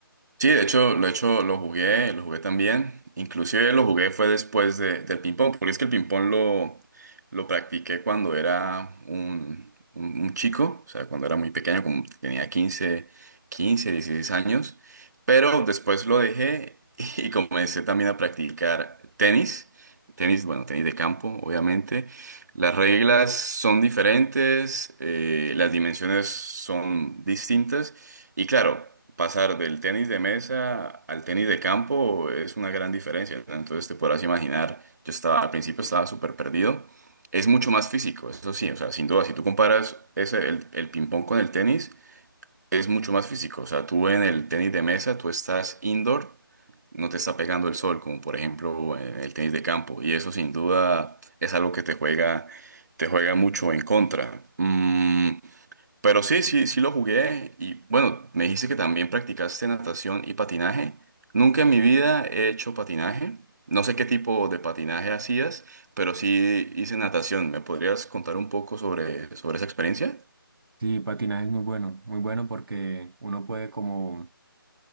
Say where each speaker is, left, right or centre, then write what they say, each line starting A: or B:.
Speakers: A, on the right; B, on the right.
A: Sí, de hecho, lo he hecho, lo jugué, lo jugué también. Inclusive lo jugué fue después de- del ping-pong, porque es que el ping-pong lo, lo practiqué cuando era un, un- un chico, o sea, cuando era muy pequeño, como tenía quince quince 16 años, pero después lo dejé y <laughs> comencé también a practicar tenis, tenis, bueno, tenis de campo, obviamente. Las reglas son diferentes, eh, las dimensiones son distintas. Y claro, pasar del tenis de mesa al tenis de campo es una gran diferencia. ¿no? Entonces te podrás imaginar, yo estaba al principio estaba súper perdido. Es mucho más físico, eso sí, o sea, sin duda, si tú comparas ese, el, el ping-pong con el tenis, es mucho más físico. O sea, tú en el tenis de mesa, tú estás indoor, no te está pegando el sol, como por ejemplo en el tenis de campo. Y eso sin duda es algo que te juega, te juega mucho en contra. Mm, pero sí, sí, sí lo jugué y bueno, me dijiste que también practicaste natación y patinaje. Nunca en mi vida he hecho patinaje. No sé qué tipo de patinaje hacías, pero sí hice natación. ¿Me podrías contar un poco sobre, sobre esa experiencia?
B: Sí, patinaje es muy bueno, muy bueno porque uno puede como